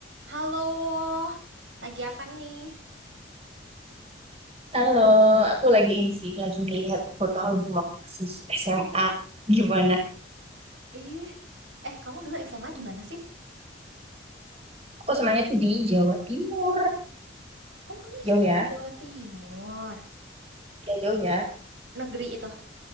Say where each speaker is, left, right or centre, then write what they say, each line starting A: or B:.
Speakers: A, on the right (about 85°); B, on the right (about 30°).
A: Halo, lagi apa nih?
B: Halo, aku lagi ini sih, lagi ngelihat foto album waktu masih SMA. Gimana?
A: Ih, eh kamu dulu SMA di mana sih?
B: Aku semuanya tuh di Jawa Timur.
A: Oh, kamu
B: Jauh
A: SMA
B: ya?
A: di Jawa Timur.
B: Ya jauh ya.
A: Negeri itu,